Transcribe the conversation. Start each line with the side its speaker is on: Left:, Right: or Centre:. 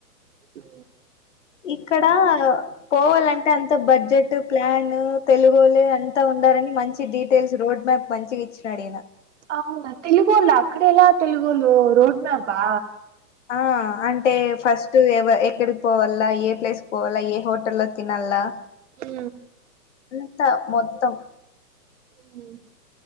Right: ఉ
Left: ఇక్కడ పోవాలంటే అంత బడ్జెట్ ప్లాన్ తెలుగొల్లె అంత ఉండ మంచి డీటెయిల్స్ రోడ్ మ్యాప్ మంచిగా ఇచ్చినాడు ఈయన
Right: అవునా తెలుగోళ్ళ అక్కడ ఎలా తెలుగోలు రోడ్ మ్యాపా
Left: ఆ అంటే ఫస్ట్ ఎ ఎక్కడికి పోవాల ఏ ప్లేస్ పోవాల ఏ హోటల్లో తిన్నళ్ళ
Right: ఉ
Left: అంత మొత్తం
Right: ఉమ్.